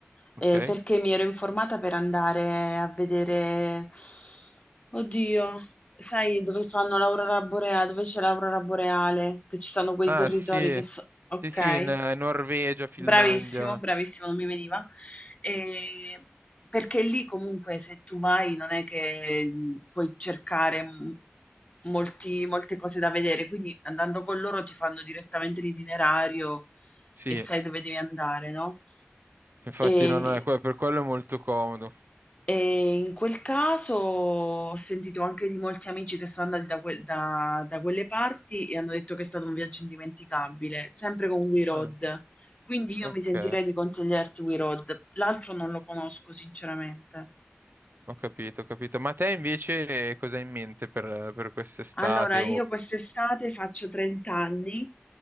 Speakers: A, on the right (about 50°); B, on the left (about 30°).
A: ok.
B: eh, perché mi ero informata per andare a vedere, oddio, sai dove fanno l'aurora boreale, dove c'è l'aurora boreale, che ci sono quei
A: Ah,
B: territori
A: sì.
B: che so... Ok.
A: Sì, sì, in eh, Norvegia, Finlandia.
B: Bravissimo, bravissimo, non mi veniva. Ehm, perché lì comunque se tu vai non è che, mhmm, puoi cercare m molti molte cose da vedere, quindi andando con loro ti fanno direttamente l'itinerario
A: Sì,
B: e sai dove devi andare, no?
A: infatti
B: Ehm
A: non è, que- per quello è molto comodo.
B: Ehm, in quel caso ho sentito anche di molti amici che sono andati da quel da da quelle parti e hanno detto che è stato un viaggio indimenticabile, sempre con We Road.
A: Ah,
B: Quindi io
A: ok,
B: mi sentirei di consigliarti We Road, l'altro non lo conosco sinceramente.
A: ho capito, ho capito. Ma te invece eh, cosa hai in mente per, per quest'estate?
B: Allora, io
A: o-
B: quest'estate faccio 30 anni